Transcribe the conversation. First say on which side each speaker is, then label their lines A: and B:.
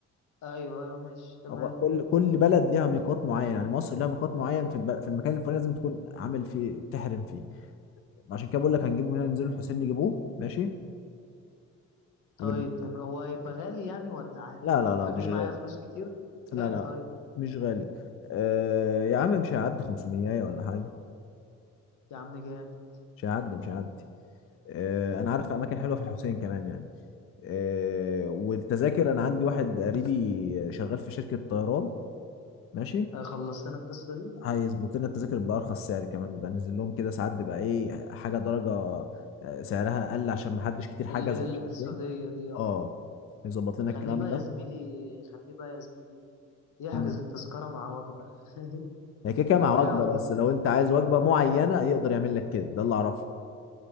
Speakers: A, on the left; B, on the left.
A: ايوه ايوه ماشي تمام
B: هو كل كل بلد ليها ميقات معين يعني مصر ليها ميقات معين في الب... في المكان الفلاني لازم تكون عامل فيه تحرم فيه عشان كده بقول لك هنجيبه من هنا ننزله الحسين نجيبوه ماشي
A: طيب
B: ون...
A: تمام هو هيبقى غالي يعني ولا عادي
B: لا لا لا
A: اجيب
B: مش
A: معايا
B: غالي
A: فلوس كتير
B: لا
A: كام
B: لا
A: طيب
B: مش غالي آه يا عم مش هيعدي 500 ولا حاجة
A: يا عم جامد
B: مش هيعدي مش هيعدي آه
A: حلو
B: انا عارف اماكن حلوة في الحسين كمان يعني آه والتذاكر انا عندي واحد قريبي شغال في شركة طيران ماشي
A: هيخلص لنا القصة دي
B: هيظبط لنا التذاكر بأرخص سعر كمان بنزل لهم كده ساعات بيبقى ايه حاجة درجة آه، سعرها اقل عشان محدش كتير حجز
A: اللي هي
B: ومش
A: الاقتصادية
B: عارف ايه
A: دي اه
B: اه يظبط لنا
A: خليه
B: الكلام
A: بقى
B: ده
A: يا زميلي خليه بقى يا زميلي يحجز
B: مم.
A: التذكرة مع وجبة <laughs>
B: هي كده كده
A: لو
B: مع
A: يعرف
B: وجبة بس
A: يعني
B: لو انت عايز وجبة معينة يقدر يعمل لك كده ده اللي اعرفه